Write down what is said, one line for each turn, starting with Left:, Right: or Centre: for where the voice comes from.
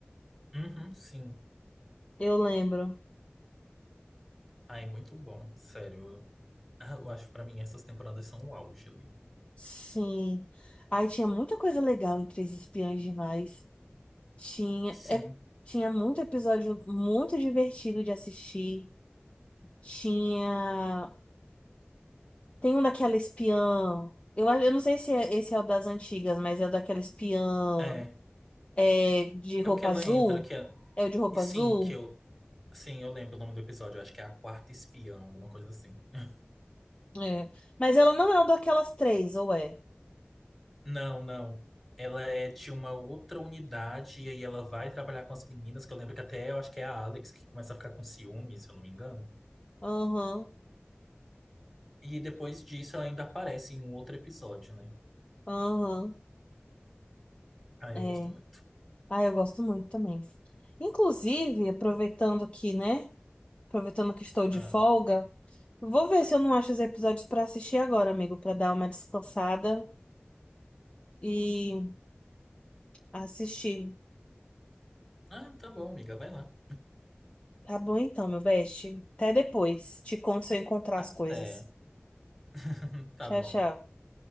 Centre: Uhum, sim.
Left: Eu lembro.
Centre: Ai, muito bom, sério. Ah, Eu acho que pra mim essas temporadas são o auge ali.
Left: Sim. Ai, tinha muita coisa legal em Três Espiãs Demais. Tinha.
Centre: Sim,
Left: é- Tinha muito episódio muito divertido de assistir. Tinha. Tem um daquela espiã. Eu, a- eu não sei se é- esse é o das antigas, mas é o daquela espiã.
Centre: é.
Left: é, de
Centre: É
Left: roupa
Centre: o que ela
Left: azul.
Centre: entra, que é.
Left: É o de roupa
Centre: e Sim,
Left: azul?
Centre: que eu. Sim, eu lembro o nome do episódio. Eu acho que é a quarta espiã, alguma coisa assim. <laughs>
Left: É. Mas ela não é o daquelas três, ou é?
Centre: Não, não. Ela é de uma outra unidade e aí ela vai trabalhar com as meninas, que eu lembro que até eu acho que é a Alex que começa a ficar com ciúme, se eu não me engano.
Left: Aham,
Centre: E depois disso ela ainda aparece em um outro episódio, né?
Left: aham.
Centre: Ah, eu
Left: É.
Centre: gosto muito.
Left: Ah, eu gosto muito também. Inclusive, aproveitando que, né? Aproveitando que estou de
Centre: Ah,
Left: folga, vou ver se eu não acho os episódios pra assistir agora, amigo, pra dar uma descansada e assistir.
Centre: ah tá bom, amiga, vai lá.
Left: Tá bom então, meu best. Até depois. Te conto se eu encontrar
Centre: Até.
Left: as coisas.
Centre: <laughs> Tá
Left: Tchau,
Centre: bom.
Left: tchau.